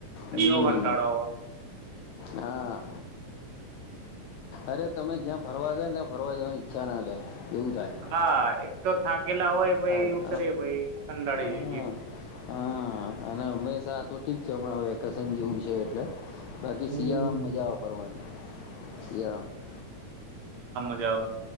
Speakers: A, on the right (about 65°); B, on the left (about 80°).
A: આયનો
B: હમ
A: કંટાળાઓ
B: હા અરે તમે જ્યાં ફરવા ગયાતા ફરવા જવાની ઈચ્છા ના થાય. એવું થાય
A: હા એક તો થાકેલા હોય પહી
B: થાય
A: ઉતરીએ પહી કંટાળી
B: હ હ
A: જઈએ
B: હ અને હમેશા ઠીક છે હમણાં વેકેશન જેવું છે એટલે બાકી
A: હમ્મ.
B: શિયાળામાં મજા આવ કરવાની શિયાળા.
A: જ.